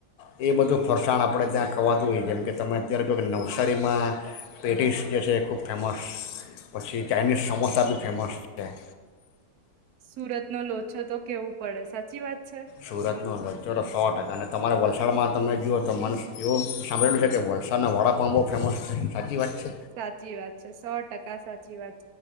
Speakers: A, on the left; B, on the right.
A: એ બધું ફરસાણ આપણે ત્યાં ખાવાતું હોઈ જેમ કે તમે અત્યારે જો કે નવસારીમાં પેટીસ જે છે ખૂબ ફેમસ પછી ચાઇનીઝ સમોસા બી ફેમસ છે
B: સુરત નો લોચો તો કેવું પડે સાચી વાત છે.
A: સુરત નો લોચો તો સો ટકા અને તમારે વલસાડમાં તમે જુઓ તો માનસ એવું સાંભળેલું છે કે વલસાના વડાપાંવ બહુ ફેમસ છે સાચી વાત છે
B: સાચી વાત છે. સો ટકા સાચી વાત છે.